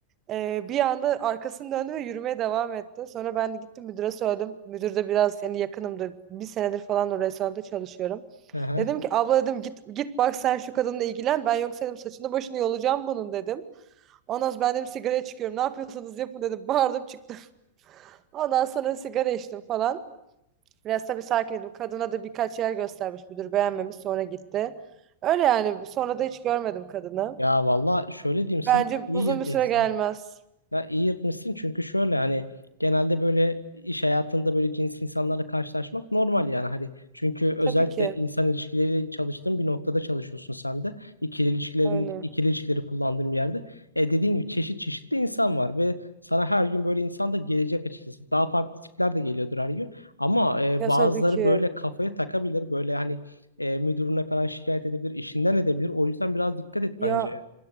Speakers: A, on the right; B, on the left.
A: E, bir anda arkasını döndü ve yürümeye devam etti. Sonra ben de gittim müdüre söyledim. Müdür de biraz yani yakınımdı. Bir senedir falan o restoranda çalışıyorum.
B: Aha.
A: Dedim ki abla dedim git git bak sen şu kadınla ilgilen. Ben yoksa dedim saçını başını yolacağım bunun dedim. Ondan sonra ben dedim sigaraya çıkıyorum. Ne yapıyorsanız yapın dedim. Bağırdım çıktım. <laughs> Ondan sonra sigara içtim falan. Biraz tabii sakin idim. Kadına da birkaç yer göstermiş müdür beğenmemiş sonra gitti. Öyle yani sonra da hiç görmedim kadını.
B: Ya valla şöyle diyeyim sana
A: Bence
B: iyi
A: uzun
B: yatmışsın.
A: bir süre gelmez.
B: Ya iyi yırtmışsın çünkü şöyle hani genelde böyle iş hayatında böyle cins insanlarla karşılaşmak normal yani hani çünkü özellikle
A: Tabii ki.
B: insan ilişkileri çalıştığın bir noktada çalışıyorsun sen de ikili ilişkilerin
A: Aynen.
B: ikili ilişkileri kullandığın bir yerde e dediğin gibi çeşit çeşitli insan var ve sana her gün böyle insan da gelecek açıkçası daha farklı tipler de geliyordur her gün ama e,
A: Ya
B: bazıları
A: tabii ki.
B: böyle kafaya takabilir böyle hani e, müdürüne falan şikayet edebilir işinden edebilir o yüzden biraz dikkat et
A: Ya
B: bence.